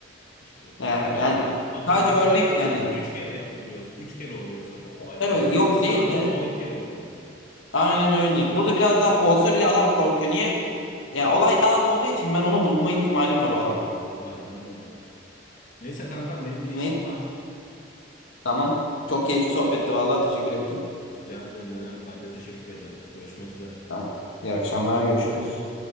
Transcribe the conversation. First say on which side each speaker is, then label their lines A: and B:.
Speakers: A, on the left; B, on the left.
A: İşte
B: Ya-
A: ya
B: Yani,
A: atıyorum
B: sadece
A: Antalya'da
B: örnek yani.
A: 3 kere yapılıyor. üç kere oluyorsa bu olay
B: Tabii
A: günde
B: yok
A: İstanbul'da
B: değil de
A: 10 kere oluyor.
B: Aynen öyle. Burada biraz daha olsa bile adam korkuyor. Niye? Ya olay daha az olduğu için ben onu bulma ihtimalim var o ama.
A: Aynen öyle. Neyse kanka benim bir işim
B: Neyse
A: var.
B: tamam. Çok keyifli sohbetti vallahi teşekkür ettim.
A: Rica ederim ne demek. Ben de teşekkür ederim. Görüşmek üzere.
B: Tamam. İyi akşamlar görüşürüz.